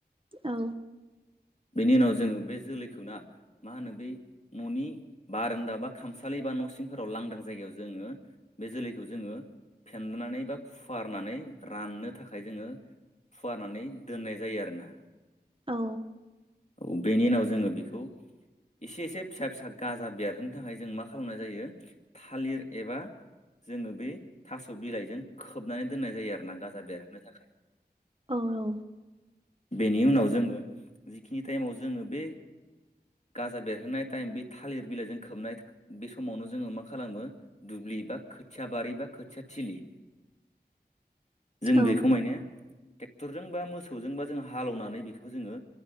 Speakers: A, on the right; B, on the left.
A: औ।
B: बेनि उनाव जोङो बे जोलैखौ ना मा होनो बै न'नि बारानदा बा खामसालि बा न' सिं फोराव लांदां जायगाव जोङो बे जोलैखौ जोङो फेननानै बा फु फुवारनानै राननो थाखाय जोङो फुवारनानै दोननाय जायो आरोना।
A: औ।
B: औ बेनि उनाव जोङो बेखौ एसे एसे फिसा फिसा गाजा बेरहोनो थाखाय जों मा खालामनाय जायो थालिर एबा जोङो बे थास' बिलाइजों खोबनानै दोननाय जायो आरो ना गाजा बेरहोनो थाखाय।
A: औ औ।
B: बेनि उनाव जोङो जिखिनि टाइमाव जोङो बे गाजा बेरहोनाय टाइम बे थालिर बिलाइजों खोबनाय बे समावनो जोङो मा खालामो दुब्लि बा खोथिया बारि बा खोथिया थिलि जों
A: औ
B: बेखौ
A: नंगौ
B: माने ट्रेक्टरजों बा मोसौजों बा जों हालेवनानै बेखौ जोङो